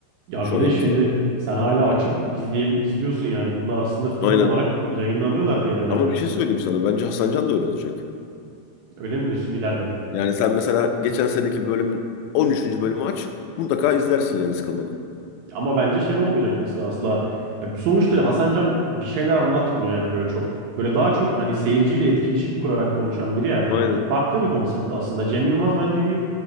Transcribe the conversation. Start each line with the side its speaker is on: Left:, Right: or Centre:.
Right: Ya
Left: Şov
Right: bir de
Left: yaptığı
Right: şimdi
Left: yer.
Right: sen hala açıp izleyebil izliyorsun yani. Bunlar aslında film
Left: Aynen.
Right: olarak yayınlanıyorlar bir yerlerde.
Left: Ama bir şey söyleyeyim sana. Bence Hasan Can da öyle olacak.
Right: Öyle mi diyorsun ileride?
Left: Yani sen mesela geçen seneki bölümün 13. bölümü aç. Mutlaka izlersin yani sıkılmadan.
Right: Ama bence şey olmayacak mesela asla. Ya sonuçta Hasan Can bir şeyler anlatmıyor yani böyle çok. Böyle daha çok hani seyirciyle etkileşim kurarak konuşan biri yani.
Left: Aynen.
Right: Farklı bir konsept aslında. Cem Yılmaz bence bir